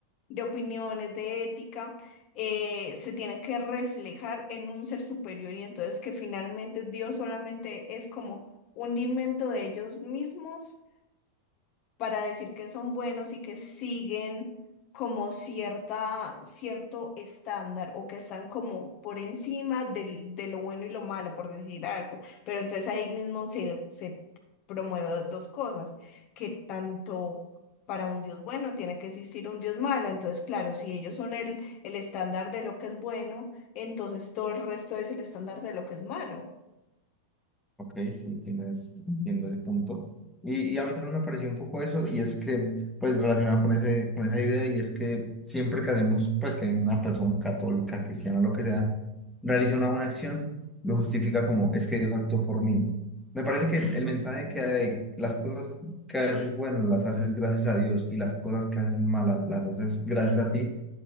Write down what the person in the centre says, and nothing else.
Ok, sí, tienes, entiendo ese punto. Y, y a mí también me pareció un poco eso, y es que, pues, relacionado con ese, con esa idea, y es que siempre que hacemos, pues, que una persona católica, cristiana, lo que sea, realiza una buena acción, lo justifica como, es que Dios actuó por mí. Me parece que el mensaje que hay, las cosas que haces buenas las haces gracias a Dios, y las cosas que haces malas las haces gracias a ti,